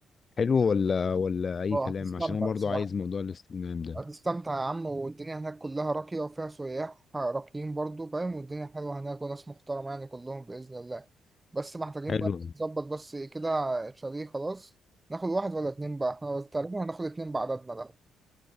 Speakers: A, on the left (about 40°); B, on the right (about 20°).
A: حلو ولا ولا اي
B: اه
A: كلام
B: هتستمتع
A: عشان انا برضو
B: بصراحه
A: عايز موضوع الاستجمام ده
B: هتستمتع يا عم والدنيا هناك كلها راقيه وفيها سياح راقيين برضو فاهم والدنيا حلوه هناك وناس محترمه يعني كلهم باذن الله بس محتاجين
A: حلو
B: بقى نظبط بس كده شاليه خلاص ناخد واحد ولا اتنين بقى احنا تقريبا هناخد اتنين بعددنا ده